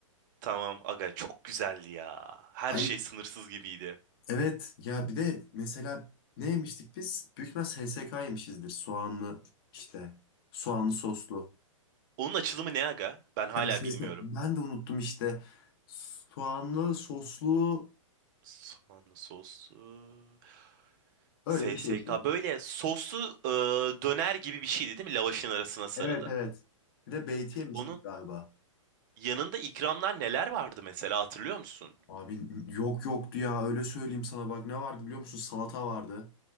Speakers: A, on the right; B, on the left.
A: Tamam aga çok güzeldi ya. Her
B: Hayır.
A: şey sınırsız gibiydi.
B: Evet ya bir de mesela ne yemiştik biz? Büyük ihtimal SSK yemişizdir. Soğanlı işte. Soğanlı soslu.
A: Onun açılımı ne aga? Ben hala
B: Yani SSK
A: bilmiyorum.
B: ben de unuttum işte. Soğanlı soslu
A: Soğanlı soslu.
B: öyle
A: SSK
B: bir şey işte.
A: böyle soslu e, döner gibi bir şeydi değil mi? Lavaşın arasına sarılı.
B: Evet evet. Bir de beyti yemiştik
A: Onun
B: galiba.
A: yanında ikramlar neler vardı mesela hatırlıyor musun?
B: Abi yok yoktu ya öyle söyleyeyim sana bak ne vardı biliyor musun? Salata vardı.